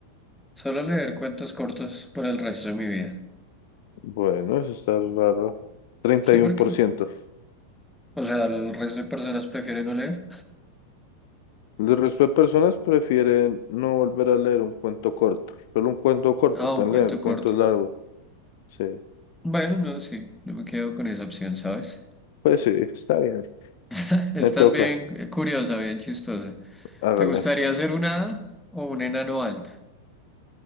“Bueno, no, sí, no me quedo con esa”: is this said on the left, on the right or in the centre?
Centre